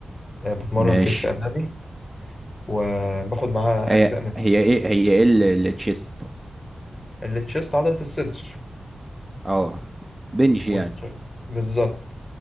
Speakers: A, on the left; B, on the right.
A: آه بتمرن
B: ماشي
A: كتف أمامي وباخد معاها
B: هي
A: أجزاء من
B: هي ايه هي ايه ال- التشيست
A: التشيست عضلة الصدر
B: اه بنج
A: وال-
B: يعني
A: بالظبط